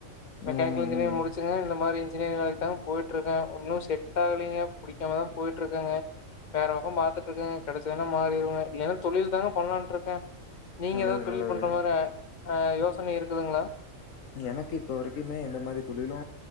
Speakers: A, on the left; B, on the left.
A: மெக்கானிக்கல்
B: ம், ம்,
A: இன்ஜினியரிங்
B: ம்.
A: முடிச்சுங்க இந்த மாரி ன்ஜினயரி்ங் வேலைக்குத் தா போயிட்டு இருக்கோ ஒன்னு செட் ஆகலீங்க பிடிக்காமதா போயிட்டு இருக்கேங்க வேற பக்கம் பாக் த்துட்டு இருக்க கெடச்சதுனா மாறிடுவ இல்லன்னா தொழில் தாங்க பண்ணலான்ட்டுருக்க நீங்க
B: நல்லது,
A: ஏதாவ்த் தொழில்
B: நல்லது.
A: பண்ற மாரி அ ஆஹ் யோசனை இருக்குதுங்களா
B: எனக்கு இப்போ வரைக்குமே எந்த மாரி தொழிலு